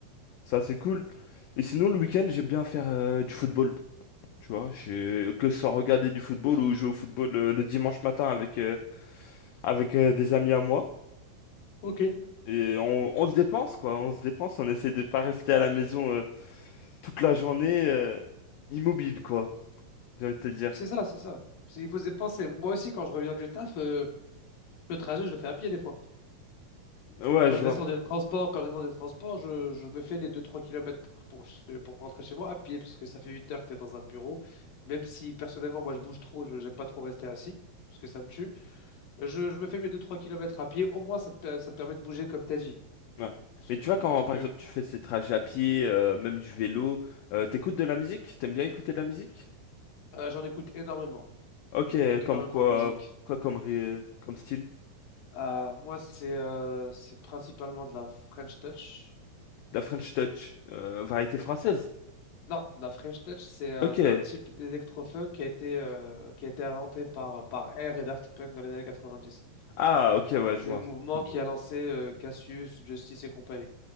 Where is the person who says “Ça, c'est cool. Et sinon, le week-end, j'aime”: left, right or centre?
Left